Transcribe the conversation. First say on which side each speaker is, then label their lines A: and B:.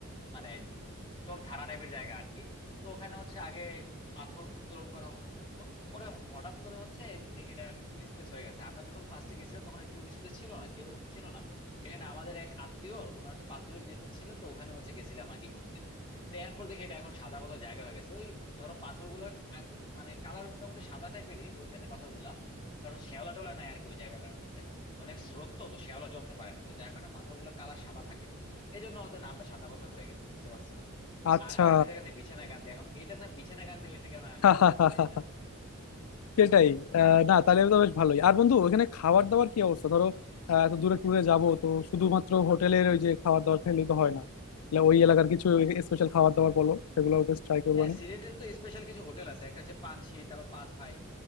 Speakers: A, on the left; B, on the left.
A: মানে ধর থানা টাইপের জায়গা আর কি তো ওখানে হচ্ছে আগে পাথর উত্তোলন করা হতো পরে হঠাৎ করে হচ্ছে এদিন দেখি এটা টুরিস্ট প্লেস হয়ে গেছে আমরা যখন ফার্স্টে গেছিলাম তখন টুরিস্ট প্লেস ছিল না কেউ ছিল না এখানে আমাদের এক আত্মীয় ওনার হচ্ছে পাথরের বিজনেস ছিল তো ওখানে হচ্ছে গেছিলাম আর কি ঘুরতে তো এরপর দেখি এটা এখন সাদা পাথর জায়গা হয়ে গেছে ওই ধরো পাথরগুলো মানে কালার মোটামুটি সাদা টাইপেরই ওইখানের পাথরগুলা কারণ শ্যাওলা টোলা নাই আর কি ওই জায়গাটার মধ্যে অনেক স্রোত তো তো শ্যাওলা জমতে পারে না তো যার কারণে পাথরগুলো কালার সাদা থাকে এই জন্য ওদের নামটা সাদা পাথর হয়ে গেছে বুঝতে পারছো
B: আচ্ছা
A: আর আরেকটা জায়গা আছে বিছানা গান্ধী এখন এটার নাম বিছানা গান্ধী হয়েছে কেন আসলে
B: <laughs>
A: এটা আমিও জানি না
B: সেটাই আহ, না তাহলে তো বেশ ভালোই আর বন্ধু ওখানে খাবার দাবার কি অবস্থা ধরো আহ, এত দূরে ট্যুরে যাব তো শুধুমাত্র হোটেলের ওই যে খাবার দাবার খেলেই তো হয় না তাহলে ওই এলাকার কিছু স্পেশাল খাবার দাবার বলো সেগুলো বেশ ট্রাই করবো
A: হ্যাঁ
B: না
A: সিলেটের তো স্পেশাল কিছু হোটেল আছে একটা হচ্ছে পানসি তারপর পাঁচ ভাই